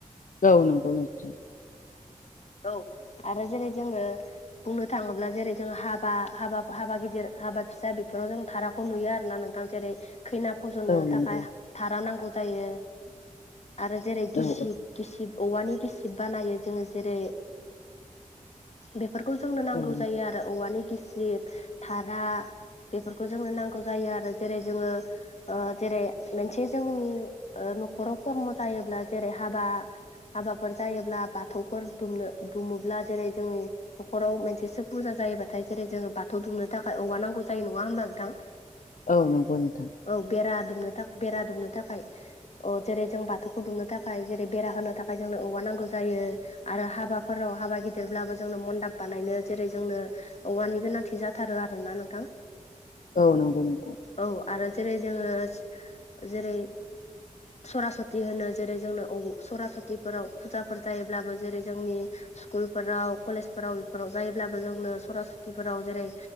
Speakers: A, on the left; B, on the left.
A: औ नंगौ नोंथां
B: औ आरो जेरै जोङो बुंनो थाङोब्ला जेरै जों हाबा हाबा हाबा गिदिर हाबा फिसा बेफोराव जों थारा खौ नुयो आरो ना नोंथां जेरै खैना फजनो
A: औ नंगौ
B: थाखाय थारा नांगौ जायो आरो जेरै गिसिब
A: औ
B: गिसिब औवानि गिसिब बानायो जोङो जेरै बेफोरखौ जोंनो नांगौ
A: औ
B: जायो आरो औवानि गिसिब थारा बेफोरखौ जोंनो नांगौ जायो आरो जेरै जोङो ओ जेरै मोनसे जोंनि ओ नखराव खर्म जायोब्ला जेरै हाबा हाबाफोर जायोब्ला बाथौफोर दुमनो दुमोब्ला जेरै जोंनि नखराव मोनसेसो फुजा जायोबाथाय जेरै जोङो बाथौ दुमनो थाखाय औवा नांगौ जायो नङा हबा नोंथां? <inaudible>
A: औ नंगौ नोंथां
B: औ बेरा दुमनो थाख बेरा दुमनो थाखाय अ जेरै जों बाथौखौ दुमनो थाखाय जेरै बेरा होनो थाखाय जोंनो औवा नांगौ जायो आरो हाबाफोराव हाबा गिदिरब्लाबो जोंनो मन्दाप बानायनो जेरै जोंनो औवानि गोनांथि जाथारो आरोना नोंथां
A: औ नंगौ नोंथां
B: औ आरो जेरै जोङो जेरै सरासति होनो जेरै जोंनो औ सरासतिफोराव फुजाफोर जायोब्लाबो जेरै जोंनि स्कुलफोराव कलेजफोराव बेफोराव जायोब्लाबो जोंनो सरासथिफोराव जेरै